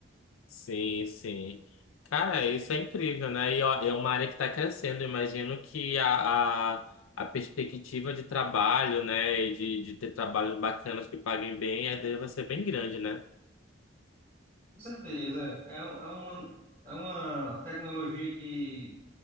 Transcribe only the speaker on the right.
Com certeza, é, é uma, é uma tecnologia que